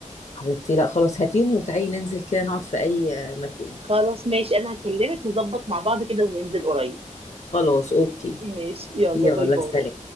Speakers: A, on the left; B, on the right.
A: حبيبتي لا خلاص هاتيهم وتعالي ننزل كده نقعد في اي مكان
B: خلاص ماشي انا هكلمك نظبط مع بعض كده وننزل قريب
A: خلاص اوكي
B: ماشي يلا
A: يلا
B: باي باي
A: سلام